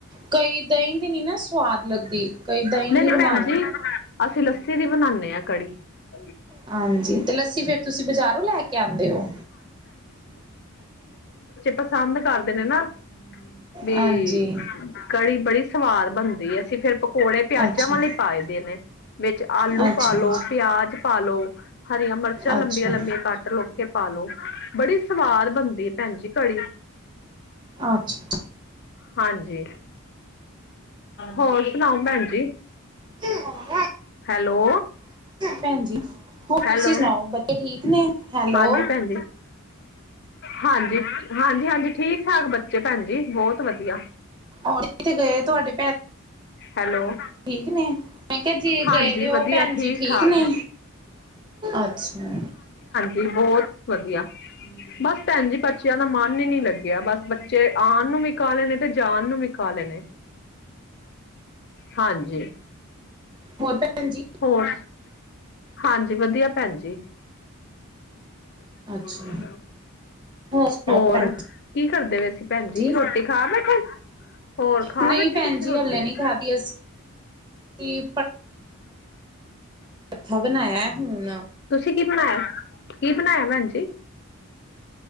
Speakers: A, on the right; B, on the left.
A: ਕਈ ਦਹੀਂ ਦੀ ਨੀ ਨਾ ਸਵਾਦ ਲੱਗਦੀ ਕਈ ਦਹੀਂ
B: ਨੀ-ਨਈ
A: ਦੀ ਬਣਾ
B: ਭੈਨਜੀ
A: ਲੈਂਦੇ ਨੇ।
B: ਅਸ ਲੱਸ ਦੀ ਬਨਾਂਨੇ ਆਂ ਕੜੀ <unintelligible>
A: ਹਾਂਜੀ ਤੇ ਲੱਸੀ ਫੇਰ ਤੁਸੀਂ ਬਾਜ਼ਾਰੋਂ ਲੈ ਕੇ ਆਂਦੇ ਹੋ
B: ਪਸੰਦ ਕਰਦੇ ਨੇ ਨਾ ਵੀ,
A: ਹਾਂਜੀ।
B: ਕੜੀ ਬੜੀ ਸਵਾਦ ਬਨਦੀ ਏ ਅਸੀਂ ਫੇਰ ਪਕੌੜੇ ਪਿਆਜਾਂ
A: ਅੱਛਾ,
B: ਵਾਲੇ ਪਾਏ ਦੇ ਨੇ। ਵਿੱਚ ਆਲੂ
A: ਅੱਛਾ,
B: ਪਾਲੋ ਪੇਆਜ ਪਾਲੋ ਹਰੀਆਂ ਮਰਚਾਂ ਲੰਬੀਆਂ-ਲੰਬੀਆਂ
A: ਅੱਛਾ,
B: ਕੱਟ ਲੋ, ਤੇ ਪਾਲੋ ਬੜੀ ਸਵਾਦ ਬਨਦੀ ਏ ਭੈਨਜੀ ਕੜੀ
A: ਅੱਛਾ
B: ਹਾਂਜੀ, ਹੋਰ ਸੁਨਾਓ ਭੈਨਜੀ?
A: <inaudible>
B: ਹੈਲੋ
A: ਭੈਨਜੀ ਹੋਰ
B: ਹੈਲੋ
A: ਤੁਸੀ ਸੁਨਾਓ, ਬੱਚੇ ਠੀਕ ਨੇ? ਹੈਲੋ,
B: ਹਾਂਜੀ ਭੈਣ ਜੀ ਹਾਂਜੀ ਹਾਂਜੀ ਹਾਂਜੀ ਠੀਕ ਠਾਕ ਬੱਚੇ ਭੈਣ ਜੀ ਬਹੁਤ ਵਧੀਆ
A: ਕਿਥੇ ਗਏ ਥੋਡੇ
B: ਹੈਲੋ
A: ਠੀਕ ਨੇਂ? ਜੇ
B: ਹਾਂਜੀ
A: ਗਏ ਦੇ ਹੋ
B: ਵਧੀਆ
A: ਭੈਣ ਜੀ ਠੀਕ
B: ਠਾਕ
A: ਨੇ ਅਛਾ
B: ਵੀ ਬਹੁਤ ਵਧੀਆ ਬਸ ਭੈਣ ਜੀ ਪਰ ਬੱਚਿਆਂ ਦਾ ਮਨ ਹੀ ਨੀ ਲੱਗਿਆ ਬਸ ਬੱਚੇ ਆਉਣ ਨੂੰ ਵੀ ਕਾਲੈ ਣੇ ਤੇ ਜਾਨ ਨੂੰ ਵੀ ਕਾਲੈ ਣੇ ਹਾਂਜੀ
A: ਹੋਰ ਭੈਣ ਜੀ
B: ਹੋਰ ਹਾਂਜੀ ਵਧੀਆ ਭੈਣ ਜੀ <inaudible>
A: ਅੱਛਾ ਸੁਣਾਓ
B: ਹੋਰ
A: ਭੈਣ
B: ਕੀ ਕਰਦੇ ਵ ਅਸੀ ਭੈਣਜੀ
A: ਜੀ
B: ਰੋਟੀ ਖਾ ਬੈਠੇ ਹੋਰ ਖਾ
A: ਨਹੀਂ
B: ਬੈਠੇ
A: ਭੈਣ
B: ਤੁਸੀ
A: ਜੀ
B: ਰੋਟੀ
A: ਹਲੇ ਨੀ
B: <inaudible>
A: ਖਾਦੀ ਅਸੀਂ ਭੜਥਾ ਬਣਾਇਆ ਹੁਣ
B: ਤੁਸੀਂ ਕੀ ਬਣਾਇਆ ਕੀ ਬਣਾਇਆ ਭੈਣ ਜੀ